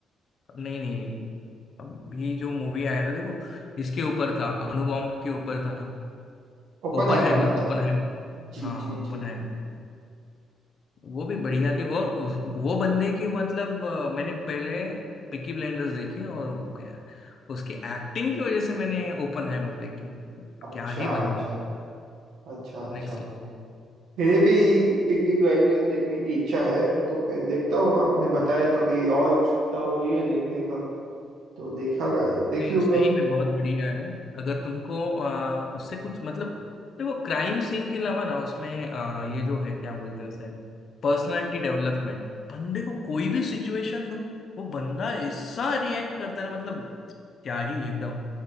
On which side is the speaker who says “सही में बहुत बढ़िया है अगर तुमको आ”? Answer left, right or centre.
Left